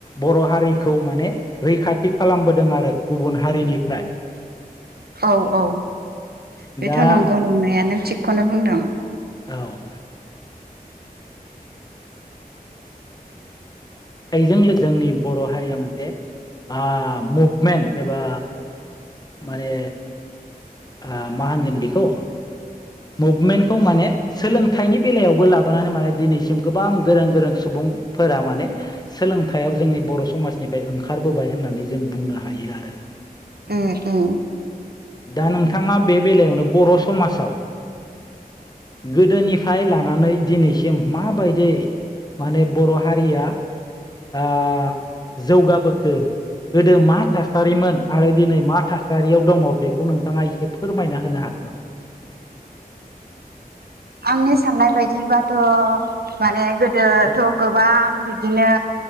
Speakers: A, on the left (about 25°); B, on the right (about 80°).
A: बर' हारिखौ माने रैखाथि खालामबोदों आरो गुबुन हारिनिफ्राय।
B: औ औ बेथ'
A: दा
B: नंगौ नंनाया नो थिगखौनो बुंदों।
A: औ। <inaudible> जोंनि बर' हारिया मोनसे आ मभमेन्ट एबा माने आ मा होनगोन बेखौ मुभमेन्टखौ माने सोलोंथाइनि बेलायावबो लाबोनानै माने दिनैसिम गोबां गोरों गोरों सुबुं फोरा माने सोलोंथाइयाव जोंनि बर' समाजनिफाय ओंखारबोबाय होननानै जों बुंनो हायो आरो। <inaudible>
B: उम उम
A: दा नोंथाङा बे बेलायावनो बर' समासाव गोदोनिफाय लानानै दिनैसिम माबायदै माने बर' हारिया आ जौगाबोखो गोदो मा थासारिमोन आरो दिनै मा था सारियाव दङ बेखौ नोंथाङा एसे फोरमायना होनो हागोन नामा?
B: आंनि साननाय बायदिबाथ' माने गोदोथ'
A: नामा?
B: गोबां बि दिनो